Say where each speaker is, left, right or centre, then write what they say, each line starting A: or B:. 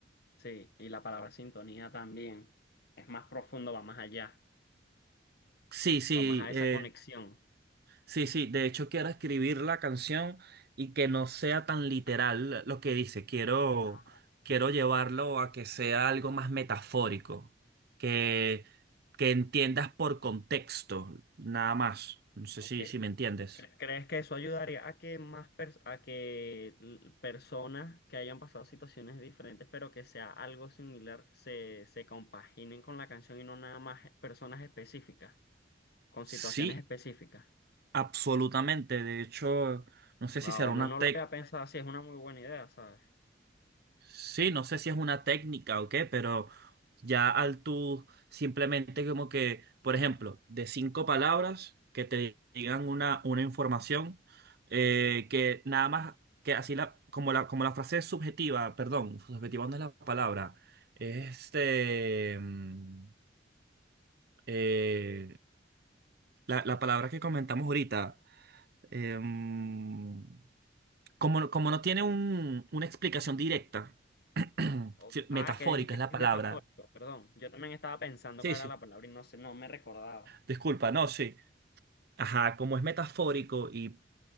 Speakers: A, on the left; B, on the right.
A: Sí, y la palabra sintonía también. Es más profundo, va más allá,
B: Sí, sí,
A: va más a esa
B: eh,
A: conexión.
B: sí, sí. De hecho, quiero escribir la canción y que no sea tan literal
A: tan literal
B: lo que dice. Quiero,
A: que si quiero,
B: quiero llevarlo
A: quiero que
B: a que sea algo
A: sea
B: más metafórico,
A: bastante claro.
B: que, que entiendas por contexto, nada más. No sé
A: Ok.
B: si, si me entiendes.
A: ¿Cre- ¿Crees que eso ayudaría a que más pers- a que l- personas que hayan pasado situaciones diferentes, pero que sea algo similar, se, se compaginen con la canción y no nada más personas específicas? con situaciones
B: Sí,
A: específicas.
B: absolutamente. De hecho, no sé
A: Wow,
B: si será una
A: no, no
B: técnica.
A: lo había pensado así, es una muy buena idea, ¿sabes?
B: Sí, no sé si es una técnica o qué, pero ya al tú simplemente como que, por ejemplo, de cinco palabras que te digan una, una información eh, que nada más que así la, como la, como la frase es subjetiva, perdón, subjetiva no es la palabra, este, mm, eh, la, la palabra que comentamos ahorita, em, como, como no tiene un- una explicación directa, <clears throat>
A: O-
B: sí, metafórica
A: ah, que dijiste
B: es
A: que
B: la
A: es
B: palabra.
A: metafórico, perdón. Yo también estaba pensando
B: Sí,
A: cuál
B: sí.
A: era la palabra y no sé, no me recordaba.
B: Disculpa, no, sí. Ajá, como es metafórico y